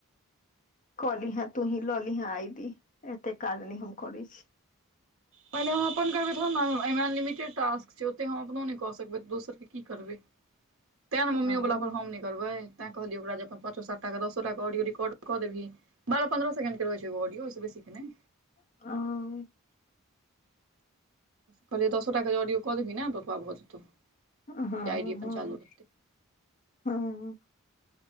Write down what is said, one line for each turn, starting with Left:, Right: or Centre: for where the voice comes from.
Left: कलीहें तू ही लऽ लीहें आई डी एते काज नहि हम करै छी
Right: पहिले हम अपन करबै तहन नऽ एहिमे अनलिमिटेड टास्क छै ओतेक हम अपनो नहि कऽ सकबै तऽ दोसर के की करबै
Left: <inaudible>
Right: तैं ने मम्मीओ
Left: हूँ
Right: वला पर हम नहि करबै तैं कहलियै ओकरा जे अपन पाँचो सात टा कऽ दसो टा कऽ ऑडियो रिकॉर्ड कऽ देबही बारह पन्द्रह सेकेंडके रहै छै एगो ऑडियो ओइसँ बेसी के नहि
Left: ओ
Right: कहलियै दसोटा कऽ जे ऑडियो कऽ देबही ने तऽ ओतआ भऽ जेतौ
Left: हँ हँ
Right: जे आइ डी अपन चालू रहतै
Left: हँ